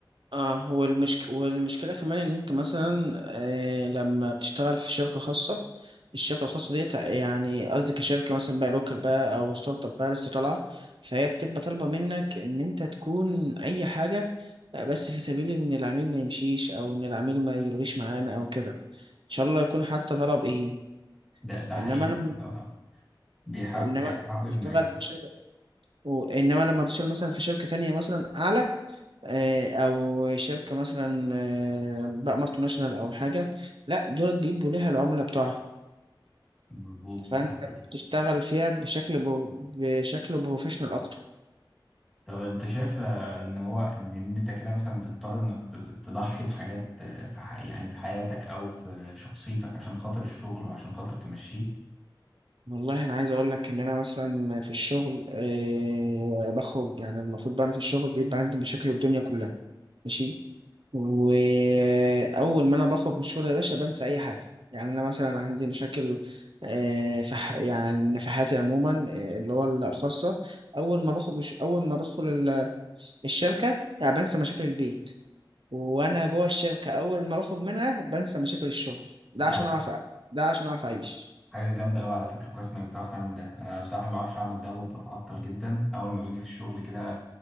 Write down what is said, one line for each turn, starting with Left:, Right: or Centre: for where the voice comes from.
Right: اه هو المشك... والمشكلة كمان إن أنت مثلا آه لما بتشتغل في شركة خاصة الشركة الخاصة ديت يعني قصدي كشركة مثلا بقى لوكال بقى أو ستارت اب بقى لسه طالعة فهي بتبقى طالبة منك إن أنت تكون أي حاجة آه، بس في سبيل إن العميل ما يمشيش أو إن العميل ما يلغيش معانا أو كده إن شاء الله يكون حتى طلب إيه
Centre: ده ده حقيقي
Right: إنما لما
Centre: اه بيحاول
Right: إنما
Centre: بيحاول
Right: لما بتشتغل
Centre: ما ي-
Right: في شركة إنما لما بتشتغل مثلا في شركة تانية مثلا أعلى آه، او شركه مثلا آه، بقى مالتي ناشونال او حاجه لا دول بيبقوا ليها العملاء بتوعها
Centre: مظبوط
Right: فانت
Centre: ده حقيقي
Right: بتشتغل فيها بشكل برو- بشكل بروفيشنال اكتر
Centre: طب انت شايف آه، ان هو ان إن انت كده مثلا بتضطر انك ت- تضحي بحاجات آه، في ح... يعني في حياتك او في شخصيتك عشان خاطر الشغل وعشان خاطر تمشيه
Right: والله انا عايز اقول لك ان انا مثلا في الشغل آه، بخرج يعني المفروض بقى انا في الشغل بيبقى عندي مشاكل الدنيا كلها ماشي واول ما انا بخرج من الشغل يا باشا بنسى اي حاجه يعني انا مثلا عندي مشاكل آه، في ح- يعني في حياتي عموما آه، اللي هو ال- الخاصه اول ما بخرج مش- اول ما بدخل ال- الشركه يعني بنسى مشاكل البيت وانا جوه الشركه اول ما بخرج منها بنسى مشاكل الشغل ده
Centre: ده
Right: عشان اعرف ده عشان اعرف اعيش
Centre: حاجة جامدة أوي على فكرة كويس إنك بتعرف تعمل ده أنا الصراحة ما بعرفش أعمل ده وبتعطل جدا أول ما باجي في الشغل كده